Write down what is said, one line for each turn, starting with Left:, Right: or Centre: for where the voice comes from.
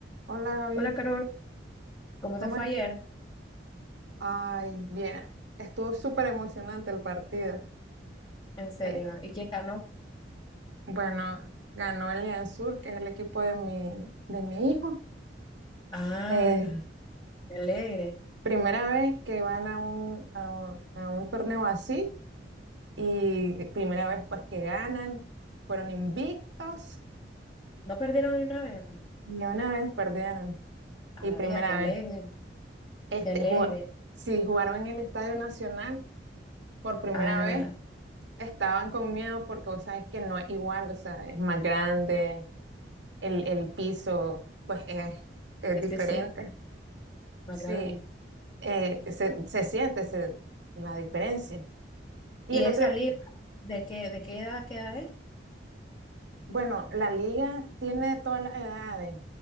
Right: Hola Gaby,
Left: Hola Carol, ¿cómo
Right: ¿cómo
Left: te fue
Right: es?
Left: ayer?
Right: Ay, bien, estuvo súper emocionante el partido.
Left: En serio,
Right: Eh,
Left: ¿y quién ganó?
Right: bueno, ganó el Liansur, que es el equipo de mi, de mi hijo.
Left: Ah,
Right: Este,
Left: qué alegre.
Right: primera vez que van a un, a un, a un torneo así y primera vez pues que ganan, fueron invictos
Left: ¿No perdieron ni una vez?
Right: y una vez perdieron
Left: A
Right: y
Left: la
Right: primera
Left: vida, qué alegre,
Right: vez. Este,
Left: qué alegre.
Right: juga- sí, jugaron en el Estadio Nacional por primera
Left: Ah,
Right: vez Estaban con miedo porque vos sabes que no es igual, o sea, es más grande, el, el piso pues es, es
Left: sí,
Right: diferente.
Left: sí, sí, más
Right: Sí,
Left: grande.
Right: eh, se, se siente se- la diferencia. Y
Left: ¿Y
Right: el
Left: esa
Right: otro,
Left: liga, de qué, de qué edad queda es?
Right: bueno, la liga tiene todas las edades,